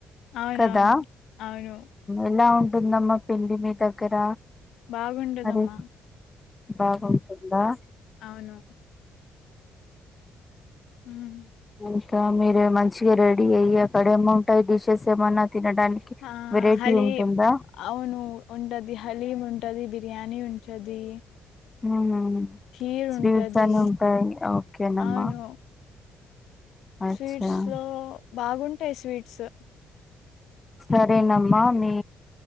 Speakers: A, on the left (about 80°); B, on the left (about 20°).
A: అవునవును
B: కదా
A: అవును
B: ఎలా హ్మ్ ఉంట పిన్నమ్మ పిండి మీ దగ్గర
A: బాగుండదమ్మా
B: మరి బాగుంటుందా
A: అవును హ్మ్
B: ఇంకా మీరే మంచిగా రెడి అయి అక్కడ ఏముంటాయి డిషెస్ ఏమన్నా తినడానికి
A: ఆ
B: వెరైటీ
A: హలీమ్
B: ఉంటుందా
A: అవును ఉంటది హలీమ్ ఉంట ఉంటది బిర్యానీ ఉంటది
B: మ్,
A: ఖీరు
B: స్వీట్స్
A: ఉంటది
B: అని ఉంటాయి ఓకేనమ్మా
A: అవును
B: అచ్చా
A: స్వీట్స్ లో బాగుంటాయి స్వీట్స్
B: సరేనమ్మా మీ